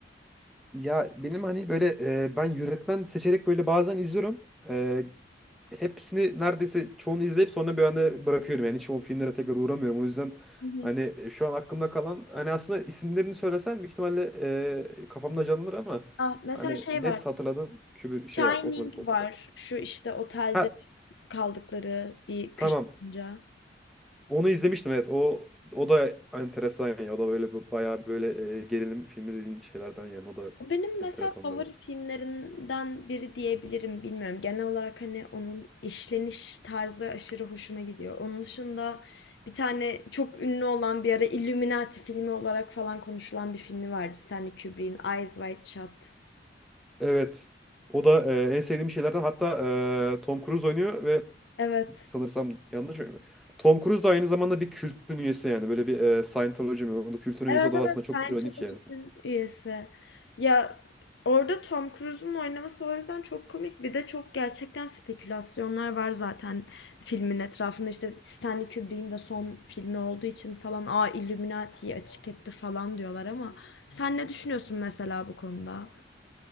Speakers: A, in the centre; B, on the left (about 75°).
A: Ya benim hani böyle e, ben yönetmen seçerek böyle bazen izliyorum. E, hepsini neredeyse çoğunu izleyip sonra bir anda bırakıyorum. Yani hiç o filmlere tekrar uğramıyorum. O yüzden
B: Hı hı.
A: hani şu an aklımda kalan hani aslında isimlerini söylesem büyük ihtimalle e, kafamda canlanır ama
B: Ah, mesela
A: hani
B: şey
A: net
B: var.
A: hatırladığım kübür şey
B: Shining
A: var. Otomatik Portakal.
B: var. Şu işte otelde
A: Ha
B: kaldıkları bir kış
A: tamam.
B: boyunca.
A: Onu izlemiştim evet. O o da enteresan ya. O da böyle bu- bayağı böyle e, gerilim filmi dediğin şeylerden yani. O da
B: O Benim mesela
A: enteresan
B: favori filmlerinden biri diyebilirim bilmiyorum. Genel olarak hani onun işleniş tarzı aşırı hoşuma gidiyor. Onun dışında bir tane çok ünlü olan bir ara Illuminati filmi olarak falan konuşulan bir filmi vardı. Stanley Kubrick'in Eyes Wide Shut.
A: Evet. O da e, en sevdiğim şeylerden. Hatta e, Tom Cruise oynuyor ve
B: Evet.
A: sanırsam yanlış mı? Tom Cruise da aynı zamanda bir kültün üyesi yani. Böyle bir e, Scientology mi? O da kültün üyesi.
B: Evet
A: O da
B: evet
A: aslında çok
B: ben
A: ironik
B: Topik'in
A: yani.
B: üyesi. Ya orada Tom Cruise'un oynaması o yüzden çok komik. Bir de çok gerçekten spekülasyonlar var zaten filmin etrafında. İşte Stanley Kubrick'in de son filmi olduğu için falan aa Illuminati'yi açık etti falan diyorlar ama sen ne düşünüyorsun mesela bu konuda?